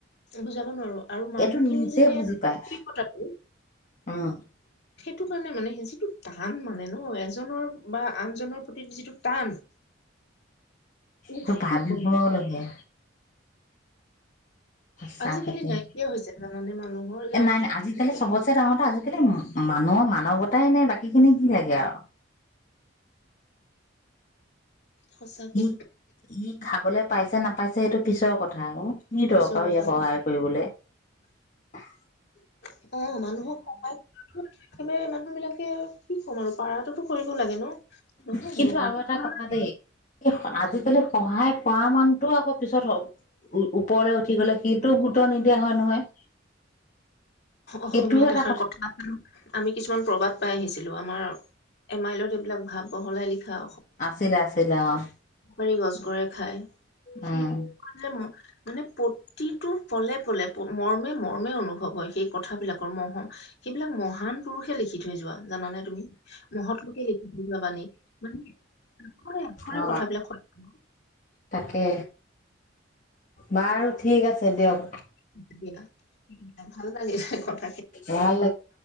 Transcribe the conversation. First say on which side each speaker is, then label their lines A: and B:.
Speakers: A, on the left; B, on the left.
A: বুজাব নোৱাৰো আৰু মানুহখিনি
B: এইটো নিজে
A: যে
B: বুজি পায়
A: আন্তৰিকতাটো
B: উম
A: সেইটো কাৰণে মানে সেই যিটো টান মানে ন অ এজনৰ বা আনজনৰ প্ৰতি যিটো টান উফ
B: টো ভাবিব
A: কি কম
B: লগিয়া সঁচাকে
A: আজিকালি
B: দে,
A: নাইকিয়া হৈছে জানানে মানুহৰ যান্ত্ৰিক
B: নাই নাই আজিকালি চবতছে ডাঙৰ কথা আজিকালি মানুহৰ মানৱতাই নাই বাকীখিনি কি লাগে আৰু।
A: সঁচাকে
B: <unintelligible> খাবলৈ পাইছে নাপ পাইছে সেইটো পিছৰ কথা আৰু। কি
A: পিছৰ
B: দৰকাৰ আৰু
A: কথা
B: ইয়াক সহায় কৰিবলে। <inaudible>
A: অ', মানুহৰ সহায়বাৰে মানুহ বিলাকে কি ক'ম আৰু পাৰাতোতো কৰিব লাগে ন'। নহয়
B: কিন্তু আৰু এটা কথা দেই
A: <unintelligible>
B: আজিকালি সহায় কৰা মানুহটোও আকৌ পিছত ওপৰলে উঠি গ'লে সেইটোও গুৰুত্ব নিদিয়া হয় নহয়। সেইটোও
A: অসমীয়া
B: এটা
A: দেখাৰ কথা, আমি কিছুমান প্ৰবাদ পাই আহিছিললোঁ, আমাৰ এমাইলত এইবিলাক ভাপ বহলাই লিখা।
B: আছিলে-আছিলে অ',
A: বাৰি গছ গৰুৱে খায়। সো
B: উম
A: <unintelligible> মানে প্ৰতিটো পলে-পলে মৰ্মে-মৰ্মে অনুভৱ হয় সেই। কথাবিলাকৰ মহম সেইবিলাক মহান পুৰুষে লিখি থৈ যোৱা জানানে। তুমি মহৎ লোকে লিখি থৈ যোৱাবানি মানে আখৰে-আখৰে
B: অ
A: কথাবিলাক সত্য।
B: তাকে বাৰু ঠিক আছে দিয়ক।
A: <unintelligible> ভাল পালি কথা
B: ভাল ল